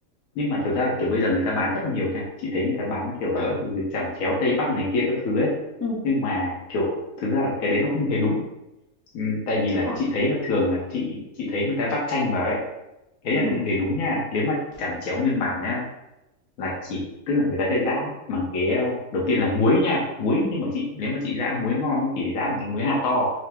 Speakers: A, on the left (about 75°); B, on the left (about 20°).
A: nhưng mà thực ra là kiểu bây giờ người ta bán rất là nhiều nha chị thấy người ta bán kiểu là ừ, chẩm chéo Tây Bắc này kia các thứ ấy
B: Ừ,
A: nhưng mà kiểu thực ra là cái đấy nó không hề đúng ừ, tại vì là
B: thế à?
A: chị thấy mà thường là chị chị thấy người ta vắt chanh vào ấy cái đấy
B: Ừ.
A: là không hề đúng nha nếu mà chẩm chéo nguyên bản nha là chỉ tức là người ta sẽ giã bằng cái ờ, đầu tiên là muối nha muối
B: ừ.
A: nhưng mà chị nếu mà chị giã muối ngon ấy thì phải giã bằng cái muối hạt to